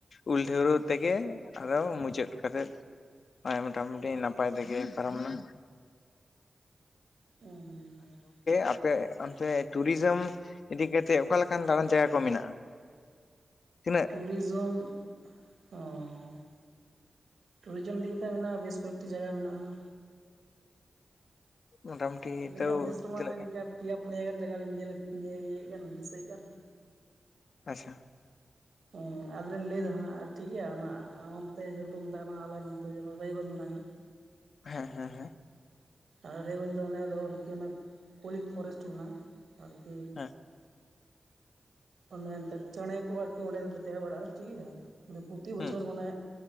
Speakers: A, on the left; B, on the right.
A: ᱩᱞ ᱰᱷᱟᱹᱣᱨᱟᱹᱜ ᱛᱮᱜᱮ ᱟᱫᱚ ᱢᱩᱪᱟᱹᱫ ᱠᱟᱛᱮᱜ ᱱᱚ ᱢᱳᱴᱟᱢᱩᱴᱤ ᱱᱟᱯᱟᱭ ᱛᱮᱜᱮ ᱯᱟᱨᱚᱢ ᱱᱟ
B: <unintelligible>
A: ᱟᱯᱮ ᱚᱱᱛᱮ ᱴᱩᱨᱤᱡᱚᱢ ᱤᱫᱤ ᱠᱟᱛᱮ ᱚᱠᱟᱞᱮᱠᱟᱱ ᱫᱟᱬᱟᱱ ᱡᱟᱭᱜᱟ ᱠᱚ ᱢᱮᱱᱟᱜᱼᱟ ᱛᱤᱱᱟᱹᱜ
B: ᱴᱩᱨᱤᱡᱚᱢ ᱦᱚᱸ ᱴᱩᱨᱤᱡᱚᱢ ᱤᱫᱤᱛᱮ ᱢᱮᱱᱟᱜᱼᱟ ᱵᱮᱥ ᱠᱚᱭᱮᱠᱴᱤ ᱡᱟᱭᱜᱟ ᱢᱮᱱᱟᱜᱼᱟ
A: ᱢᱚᱴᱟᱢᱩᱴᱤ
B: ᱟᱹᱞᱤᱧᱟᱜ
A: ᱛᱟᱹᱣ
B: ᱦᱩᱫᱤᱥ ᱨᱮᱢᱟ
A: ᱛᱤᱱᱟᱹᱜ
B: ᱱᱤᱝᱠᱟ ᱯᱮᱭᱟᱯᱷ ᱱᱤᱭᱟᱹᱟᱹᱜᱟᱱ ᱡᱟᱭᱜᱟ ᱞᱤᱧ ᱧᱮᱞ ᱤᱭᱟᱹᱭᱮᱫ ᱠᱟᱱ ᱫᱤᱥᱟᱹᱭᱮᱫ ᱠᱟᱱ
A: ᱟᱪᱪᱷᱟ
B: ᱦᱮᱸ ᱟᱫᱚᱞᱤᱧ ᱞᱟᱹᱭᱫᱟ ᱦᱟᱸᱜ ᱴᱷᱤᱠ ᱜᱮᱭᱟ ᱚᱱᱟ ᱱᱚᱱᱛᱮ ᱡᱮ ᱢᱮᱛᱟᱜ ᱠᱟᱱᱟ ᱟᱞ ᱨᱟᱭᱜᱚᱸᱡᱽ ᱢᱮᱱᱟᱜᱼᱟ <inaudible>
A: ᱦᱮᱸ ᱦᱮᱸ ᱦᱮᱸ
B: ᱟᱨ ᱤᱧ ᱫᱚ ᱚᱸᱰᱮ ᱫᱚ ᱚᱱᱟ ᱠᱚᱞᱤᱠ ᱯᱷᱚᱨᱮᱥᱴ ᱢᱮᱱᱟᱜᱼᱟ <unintelligible> ᱟᱨ ᱠᱤ
A: ᱦᱮᱸ
B: ᱮ ᱮᱱᱛᱮᱫ ᱪᱮᱬᱮ ᱠᱚ ᱟᱨᱠᱤ ᱚᱸᱰᱮ ᱫᱚᱠᱚ ᱛᱟᱦᱮᱸ ᱵᱟᱲᱟᱜᱼᱟ ᱴᱷᱤᱠᱜᱮᱭᱟ ᱢᱟᱱᱮ ᱯᱨᱚᱛᱤ ᱵᱚᱪᱷᱚᱨ
A: ᱦᱩᱸ
B: ᱢᱟᱱᱮ